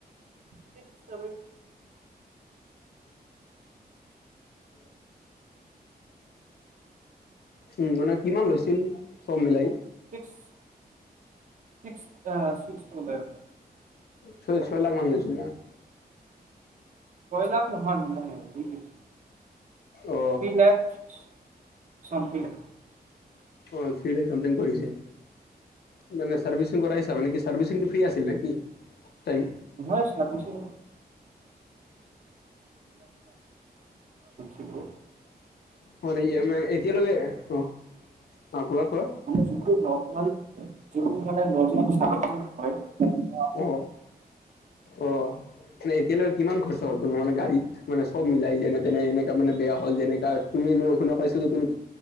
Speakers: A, on the right; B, on the left.
A: ছিক্স চেভেনটি
B: উম মানে কিমান লৈছিল চব মিলাই।
A: <unintelligible>
B: ছয় ছয় লাখ মান গৈছিল না। <inaudible>
A: <unintelligible>
B: অ
A: <unintelligible>
B: অ' থ্ৰীৰে কমপ্লেইন কৰিছে মানে চাৰ্ভিচিং কৰাইছ তাৰমানে মানে কি চাৰ্ভিচিংটো ফ্ৰী আছিল নে কি তাই
A: হয় ছাৰ্ভিচিং <unintelligible>
B: ম মানে য়েমাই এতিয়ালৈকে অ' অ কোৱা কোৱা।
A: মান যোনটো নৰ্মল যটো মানে নৰ্মল ছাৰ্ভিচিং হয়।
B: অ' অ' মানে এতিয়ালৈকে কিমান খৰচা হ'ল তোমাৰ মানে গাড়ী মানে চব মিলাই যেনে তেনে এনেকা মানে বেয়া হ'ল যেনেকা তুমি এনেও শুনা পাইছা যে তুমি